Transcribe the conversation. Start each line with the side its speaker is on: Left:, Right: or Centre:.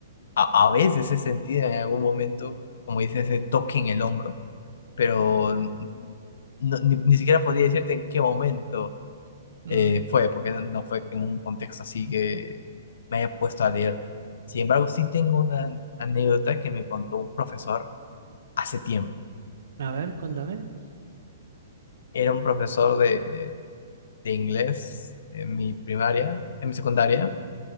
Left: A, a veces he sentido en algún momento, como dices, ese toque en el hombro, pero mm, no- ni, ni siquiera podría decirte en qué momento eh,
Right: Mm,
Left: fue, porque no fue en un contexto así que me haya puesto a leer. Sin embargo, sí tengo una anécdota que me contó un profesor hace tiempo.
Right: a ver, contame.
Left: Era un profesor de, de inglés en mi primaria, en mi secundaria,